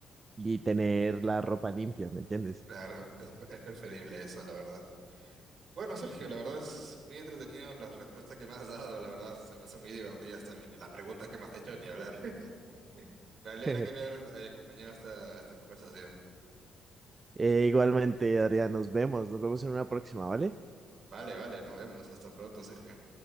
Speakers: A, on the right; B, on the right.
A: y tener la ropa limpia, ¿me entiendes?
B: Claro, es, es preferible eso, la verdad. Bueno, Sergio, la verdad es muy entretenido las respuestas que me has dado, la verdad, se me hacen muy divertidas también, y las preguntas que me has hecho, ni hablar. <laughs> Me alegra
A: <laughs>
B: que me hayas eh, acompañado a esta, esta conversación.
A: Eh, igualmente, Adrián, nos vemos, nos vemos en una próxima, ¿vale?
B: Vale, vale, nos vemos. Hasta pronto, Sergio.